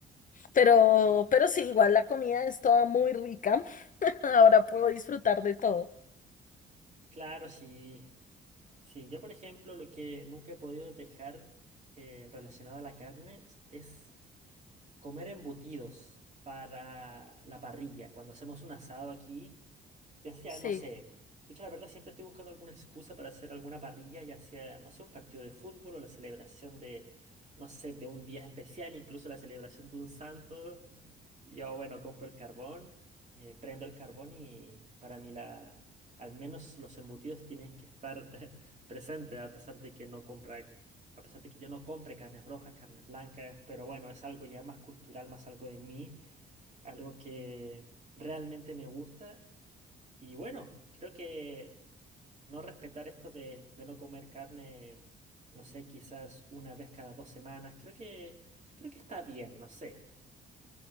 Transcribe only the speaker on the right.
Claro, sí. Sí, yo por ejemplo lo que nunca he podido dejar eh, relacionado a la carne es Comer embutidos para la parrilla, cuando hacemos un asado aquí, ya sea,
no sé, de hecho la verdad siempre estoy buscando alguna excusa para hacer alguna parrilla, ya sea, no sé, un partido de fútbol o la celebración de, no sé, de un día especial, incluso la celebración de un santo. Yo, bueno, compro el carbón, eh, prendo el carbón y para mí la, al menos los embutidos tienen que estar <laughs> presentes, a pesar de que no compra a pesar de que yo no compre carnes rojas, carnes blancas, pero bueno, es algo ya más cultural, más algo de mí, algo que realmente me gusta. Y bueno, creo que no respetar esto de, de no comer carne, no sé, quizás una vez cada dos semanas, creo que, creo que está bien, no sé.